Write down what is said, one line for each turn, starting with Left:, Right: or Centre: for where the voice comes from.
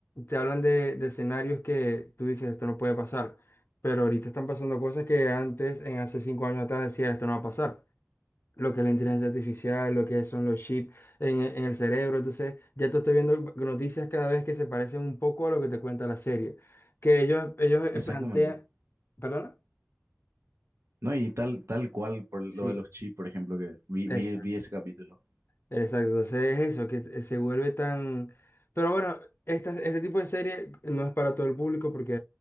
Left: te hablan de, de escenarios que tú dices esto no puede pasar, pero ahorita están pasando cosas que antes, en hace cinco años atrás decía esto no va a pasar lo que es la inteligencia artificial, lo que son los chips en, e- en el cerebro. Entonces, ya te estoy viendo noticias cada vez que se parecen un poco a lo que te cuenta la serie. Que ellos, ellos eh,
Right: Exactamente.
Left: plantean, ¿perdona?
Right: No, y tal, tal cual por lo
Left: Sí,
Right: de los chips, por ejemplo, que vi,
Left: exacto,
Right: vi, vi ese capítulo.
Left: exacto. Entonces es eso, que eh, se vuelve tan... Pero bueno, esta- este tipo de serie no es para todo el público porque